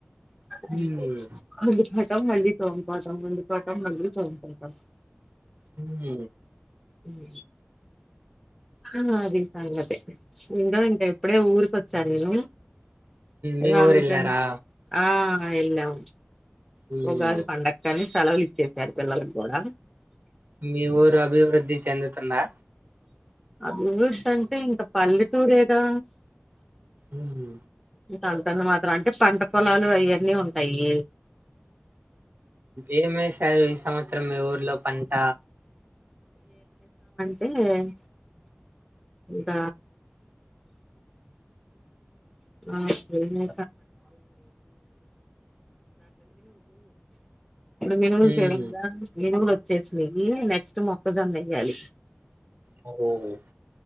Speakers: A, in the centre; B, on the right (about 50°).
A: <unintelligible>
B: ఉమ్,
A: మలి చోన్కోటం ఉంపోటం మళ్ళీ చోన్కోటం
B: ఉమ్
A: <unintelligible> ఆ అది సంగతే ఉందో ఇంకా ఇప్పుడే ఊరికొచ్చాను నేను
B: మీ
A: ఇగా
B: ఊరు
A: అందుకాని
B: వెళ్ళారా
A: భగున్నార ఆ ఎల్లాం
B: ఉమ్.
A: ఉగాది పండక్కని సెలవులు ఇచ్చేశారు పిల్లలకి కూడా
B: మీ ఊరు అభివృద్ధి చెందుతుందా
A: అభివృద్ధి అంటే ఇంకా పల్లెటూరేగా
B: ఉమ్
A: అంతంత మాత్రం అంటే పంట పొలాలు అవన్నీ ఉంటాయి
B: ఏ <unintelligible> ఈ సంవత్సరం మీ ఊర్లో పంట
A: ఉమ్ ధ ఆ <unintelligible> ఇప్పుడు మినుగులు
B: ఉమ్.
A: సేవగా మినుగులు వచ్చేసినవి నెక్స్ట్ మొక్కజొన్న వయ్యాలి
B: హోహో